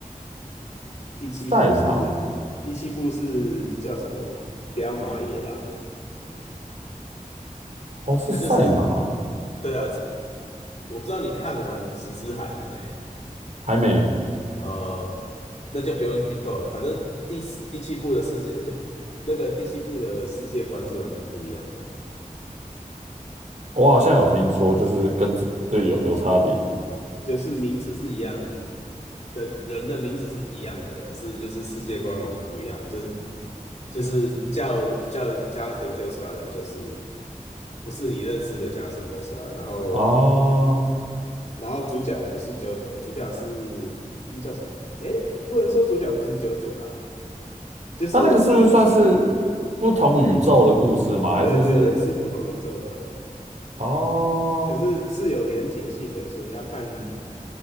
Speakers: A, on the left; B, on the right.
A: 第七部是第七部是叫什么？
B: 赛马，
A: 彪马野狼，
B: 哦是赛马，
A: 它就是对啊，这我不知道你看完《十之海》了没？
B: 还没，
A: 呃，那就不用剧透了。反正第四第七部的世界，<laughs> 那个第七部的世界观是完全不一样的，
B: 我好像有听说，就是跟这这有有差别。
A: 就是名字是一样的，人的名字是一样的，可是就是世界观完全不一样，就是就是叫叫 Jonathan j o s t a r 的，就是不是你认识的 Jonathan j o s t a r 然后
B: 哦，
A: 然后主角也不是 JoJo，主角是那叫什么？诶，不能说主角不是 JoJo 啦，就是第一季，
B: 它那个是不是算是不同宇宙的故事吗？还是是？
A: 对对，类似不同宇宙的。
B: 哦
A: 可是是有连结性的，所以你要看，